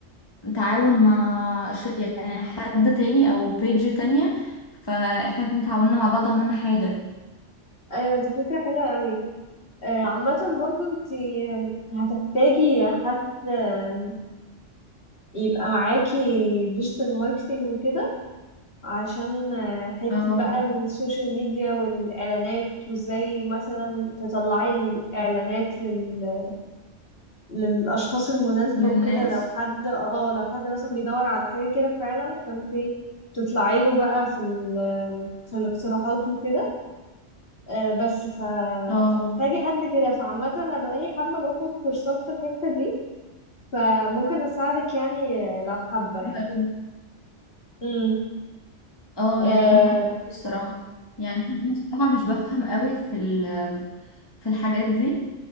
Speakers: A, on the left (about 20°); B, on the left (about 50°).
A: تعاون مع ش... يعني حد تاني او بيج تانية فاحنا الاتنين تعاوننا مع بعض وعملنا حاجة
B: ايوه دي فكره حلوه قوي آه، عامه برضه انت هتحتاجي حد آم، يبقى معاكي ديجيتال ماركتينج وكده عشان آه، حتة
A: اه
B: بقى السوشيال ميديا والإعلانات وإزاي مثلا تطلعي الإعلانات لل... للأشخاص المناسبة
A: للناس
B: وكده لو حد اه لو حد مثلا بيدور على حاجة كده فعلا فانت تطلعي له بقى في ال... في الاقتراحات وكده آه، بس ف
A: اه
B: فمحتاجة حد كده فعامة أنا بقالي حابة باخد كورسات في الحتة دي فممكن أساعدك يعني آه، لو حابة يعني
A: حلو قوي
B: امم
A: اه
B: آه،
A: ده هيكون حلو قوي الصراحة يعني انا بصراحة مش بفهم قوي في ال... في الحاجات دي